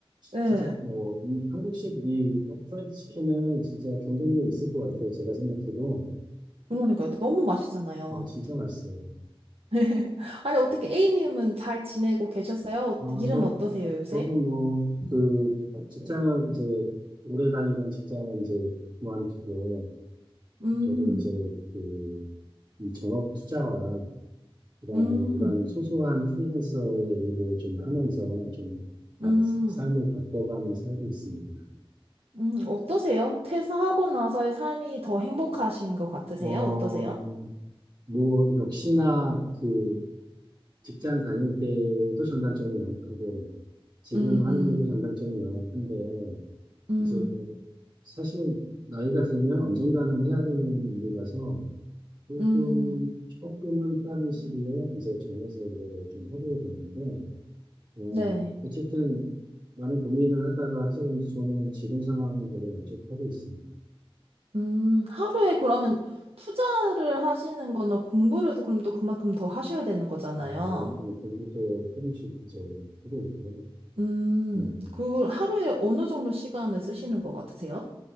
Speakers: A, on the right (about 85°); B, on the right (about 50°).
A: 네
B: 진짜, 어, 이 한국식 이 프라이드 치킨은 진짜 경쟁력 있을 것 같아요. 제가 생각해도.
A: 그러니까 너무 맛있잖아요
B: 어, 진짜 맛있어요.
A: <laughs> 아니, 어떻게 A님은 잘 지내고 계셨어요? 어-
B: 아
A: 일은
B: 저,
A: 어떠세요, 요새?
B: 저도 뭐, 그, 직장을 이제, 오래 다니던 직장은 이제 그만두고,
A: 음,
B: 저도 이제 그, 이 전업 투자와 그다음에
A: 음,
B: 이런 소소한 프리랜서의 일을 좀 하면서 좀 사-
A: 음,
B: 삶을 바꿔가며 살고 있습니다.
A: 음, 어떠세요? 퇴사하고 나서의 삶이 더 행복하신 것 같으세요?
B: 어,
A: 어떠세요?
B: 뭐, 역시나 그 직장 다닐 때도 장단점이 명확하고 지금
A: 음,
B: 하는
A: 음,
B: 일도 장단점이 명확한데
A: 음,
B: 이제 사실 나이가 들면 언젠가는 해야 되는 일이라서 조금,
A: 음,
B: 조금은 빠른 시기에 이제 정해서 이거를 좀 하게 됐는데 어,
A: 네.
B: 어쨌든 많은 고민을 하다가 해서 그런지 저는 지금 상황은 되게 만족하고 있습니다.
A: 음, 하루에 그러면 투자를 하시는 거나 공부를 또 그럼 또 그만큼 더 하셔야 되는 거잖아요.
B: 어, 여기 뭐 공부도 조금씩 이제 하고 있고요.
A: 음,
B: 음,
A: 그걸 하루에 어느 정도 시간을 쓰시는 것 같으세요?